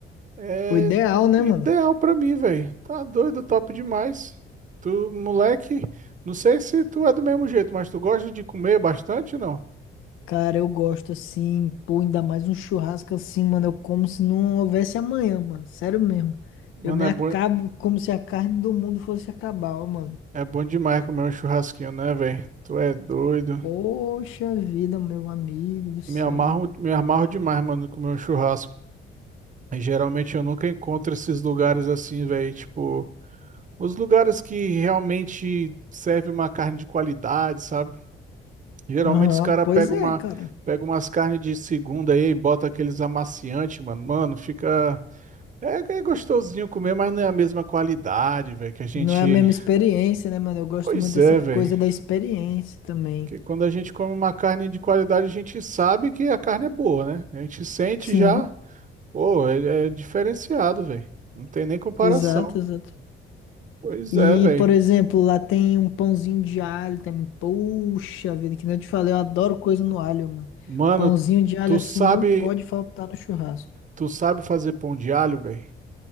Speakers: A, on the right; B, on the left.
A: é,
B: O ideal, né,
A: ideal
B: mano?
A: pra mim, velho. Tá doido, top demais. Tu, moleque, não sei se tu é do mesmo jeito, mas tu gosta de comer bastante ou não?
B: Cara, eu gosto assim, pô, ainda mais um churrasco assim, mano. Eu como se não houvesse amanhã, mano. Sério mesmo.
A: Mano,
B: Eu me
A: é
B: acabo
A: bom,
B: como se a carne do mundo fosse acabar, ó, mano.
A: é bom demais comer um churrasquinho, né, velho? Tu é doido.
B: Poxa vida, meu amigo do céu.
A: Me amarro, me amarro demais, mano, comer um churrasco. E, geralmente eu nunca encontro esses lugares assim, velho. Tipo, os lugares que realmente serve uma carne de qualidade, sabe? Geralmente
B: Aham,
A: os caras
B: pois
A: pegam
B: é,
A: uma,
B: cara.
A: pegam umas carnes de segunda aí e bota aqueles amaciantes, mano. Mano, fica. É, é gostosinho comer, mas não é a mesma qualidade, velho, que a gente.
B: Não é a mesma experiência, né, mano? Eu gosto
A: Pois
B: muito dessa
A: é, velho.
B: coisa da experiência também.
A: Porque quando a gente come uma carne de qualidade, a gente sabe que a carne é boa, né? A gente sente
B: Sim,
A: já, pô, é, é diferenciado, velho. Não tem nem comparação.
B: exato, exato.
A: Pois
B: E,
A: é, velho.
B: por exemplo, lá tem um pãozinho de alho também. Puxa vida, que nem eu te falei, eu adoro coisa no alho, mano.
A: Mano,
B: Pãozinho de alho
A: tu
B: assim
A: sabe,
B: não pode faltar no churrasco.
A: tu sabe fazer pão de alho, velho?